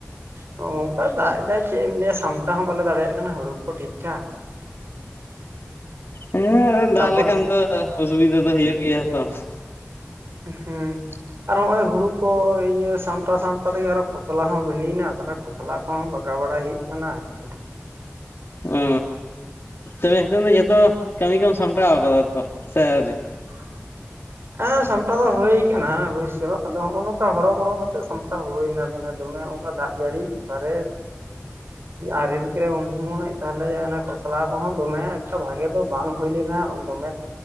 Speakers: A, on the right; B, on the left.
A: ᱱᱚᱝᱠᱟᱭ ᱫᱟᱜ ᱮ ᱫᱟᱭ ᱪᱮᱫ ᱮᱢ ᱞᱟᱹᱭᱟ ᱥᱟᱢᱴᱟᱣ ᱦᱚᱸ ᱵᱟᱞᱮ ᱫᱟᱲᱮᱭᱟᱜ ᱠᱟᱱᱟ ᱦᱩᱲᱩ ᱠᱚ ᱴᱷᱤᱠ ᱴᱷᱟᱠ
B: ᱦᱮᱸ ᱫᱟᱜ
A: ᱛᱟᱯᱚᱨ
B: ᱞᱮᱠᱷᱟᱱ ᱫᱚ ᱚᱥᱩᱵᱤᱫᱟ ᱫᱚ ᱦᱩᱭᱩᱜ ᱜᱮᱭᱟ ᱵᱟᱝ
A: ᱦᱮᱸ ᱟᱨ ᱦᱚᱸᱜᱼᱚᱭ ᱦᱩᱲᱩ ᱠᱚ ᱤᱭᱟᱹ ᱥᱟᱢᱴᱟᱣ ᱥᱟᱢᱴᱟᱣ ᱛᱮᱜᱮ ᱟᱨᱚ ᱠᱷᱚᱥᱚᱞᱟ ᱦᱚᱸ ᱵᱤᱞᱤᱭᱮᱱᱟ᱾ ᱛᱟᱦᱞᱮ ᱠᱷᱚᱥᱞᱟ ᱠᱚᱦᱚᱸ ᱵᱟᱜᱟᱣ ᱵᱟᱲᱟᱭ ᱦᱩᱭᱩᱜ ᱠᱟᱱᱟ ᱟᱨᱠᱤ
B: ᱚ ᱛᱚᱵᱮ ᱱᱤᱛᱚᱝ ᱫᱚ ᱡᱚᱛᱚ ᱠᱟᱹᱢᱤ ᱠᱚᱢ ᱥᱟᱢᱴᱟᱣ ᱠᱟᱫᱟ ᱛᱚ ᱥᱮ ᱟᱹᱣᱨᱤ
A: <inaudible> ᱦᱮᱸ ᱥᱟᱢᱴᱟᱣ ᱫᱚ ᱦᱩᱭ ᱠᱟᱱᱟ ᱚᱵᱚᱥᱳᱭ ᱟᱫᱚ ᱱᱚᱝᱠᱟ ᱦᱚᱨᱚ ᱵᱚᱨᱚ ᱠᱟᱛᱮ ᱥᱟᱢᱴᱟᱣ ᱦᱩᱭᱱᱟ ᱮᱱᱟ᱾ ᱫᱚᱢᱮ ᱚᱱᱠᱟ ᱫᱟᱜ ᱡᱟᱹᱲᱤ ᱚᱠᱟᱨᱮ ᱟᱨᱮᱞ ᱠᱮᱫ ᱩᱱ ᱥᱚᱢᱚᱭ ᱛᱟᱦᱞᱮ ᱚᱱᱮ ᱠᱷᱚᱥᱞᱟ ᱠᱚᱦᱚᱸ ᱫᱚᱢᱮ ᱮᱠᱴᱟ ᱵᱷᱟᱜᱮ ᱫᱚ ᱵᱟᱝ ᱦᱩᱭ ᱞᱮ ᱱᱟ ᱫᱚᱢᱮ